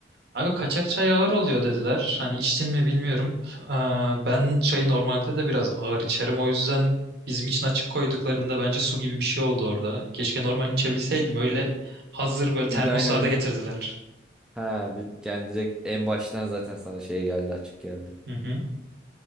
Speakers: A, on the right; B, in the centre.
A: Abi kaçak çay ağır oluyor dediler. Hani içtin mi bilmiyorum. Aa, ben çayı normalde de biraz ağır içerim. O yüzden bizim için açık koyduklarında bence su gibi bir şey oldu orada. Keşke normal içebilseydim. Öyle hazır böyle
B: Bir
A: termoslarda
B: de aynen
A: getirdiler.
B: <laughs> Ha, bir- yani direkt en baştan zaten sana şey geldi açık geldi.
A: Hı hı.